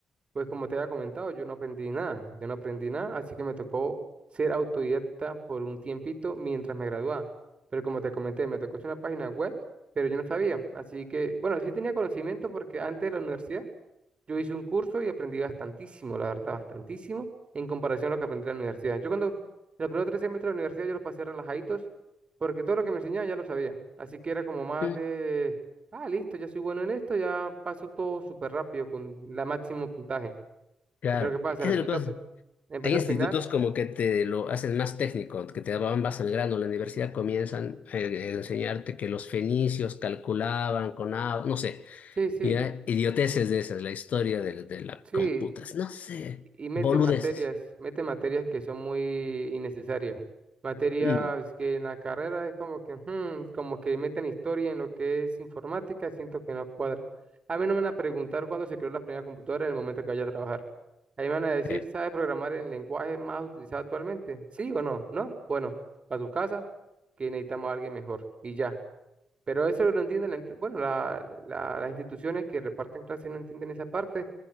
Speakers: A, on the right (about 40°); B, on the left (about 65°).
A: Pues como te había comentado, yo no aprendí nada, yo no aprendí nada, así que me tocó ser autodidacta por un tiempito mientras me graduaba. Pero como te comenté, me tocó hacer una página web, pero yo no sabía. Así que, bueno, sí tenía conocimiento porque antes de la universidad yo hice un curso y aprendí bastantísimo, la verdad, bastantísimo, en comparación a lo que aprendí en la universidad. Yo cuando los primeros tres semestres de la universidad yo los pasé relajaditos porque todo lo que me enseñaban ya lo sabía. Así que era como más
B: Mm.
A: de, ah, listo, ya soy bueno en esto, ya paso todo súper rápido con la máximo puntaje.
B: claro,
A: Pero ¿qué pasa?
B: e-, esa
A: En
B: es
A: el proyecto,
B: la cosa.
A: fi- en el proyecto
B: Hay institutos
A: final,
B: como que te lo hacen más técnico, que te van más al grano. La universidad comienzan a e-, e-, enseñarte que los fenicios calculaban con agua, no sé,
A: sí, sí,
B: ya, idioteces de esas, la historia de, de la
A: sí,
B: computas, no sé,
A: y mete
B: boludeces.
A: materias, mete materias que son muy innecesarias. Materias
B: Mm.
A: que en la carrera es como que, "Hmm", como que meten historia en lo que es informática, siento que no cuadra. A mí no me van a preguntar cuándo se creó la primera computadora en el momento que vaya a trabajar. Ahí me van a decir,
B: Sí.
A: ¿sabe programar el lenguaje más utilizado actualmente? ¿Sí o no? ¿No? Bueno, para tu casa, que necesitamos a alguien mejor. Y ya, Pero eso lo entienden, la empre- bueno, la- la- las instituciones que reparten clases no entienden esa parte